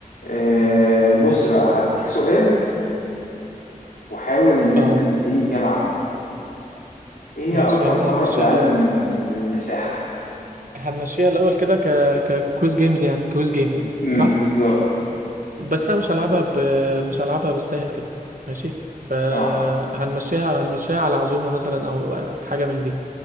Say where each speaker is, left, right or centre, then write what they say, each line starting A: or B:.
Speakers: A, on the left; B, on the right.
A: آه، بص بقى هديك سؤال وحاول ان انت
B: اه
A: تديني اجابة عنه ايه هي
B: ماشي
A: اكبر
B: يعني
A: قارة
B: هنمشيها
A: في العالم من من المساحة
B: هنمشيها الاول كده ك ككويز جيمز يعني كويز جيم
A: م- م،
B: صح
A: بالظبط
B: بس انا مش هلعبها ب... مش هلعبها بالسهل كده ماشي فهنمشيها
A: اه
B: هنمشيها على عزومة مثلا او حاجة من دي